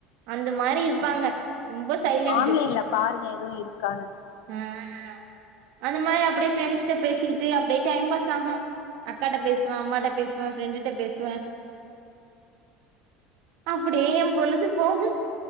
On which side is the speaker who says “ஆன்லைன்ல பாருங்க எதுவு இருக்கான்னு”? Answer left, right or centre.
Left